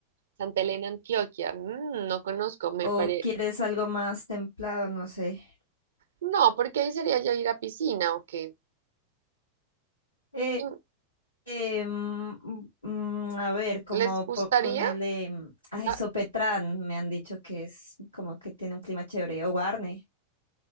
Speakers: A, on the right; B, on the left.
A: Santa Elena, Antioquia. mm, no conozco, me
B: ¿O
A: pare...
B: quieres algo más templado? No sé.
A: No, porque ahí sería ya ir a piscina o qué.
B: Eh,
A: Mm,
B: Em, mm, a ver, como
A: ¿Les gustaría?
B: po- ponerle mm, ay,
A: Ah,
B: Sopetrán, me han dicho que es como que tiene un clima chévere, o Guarne.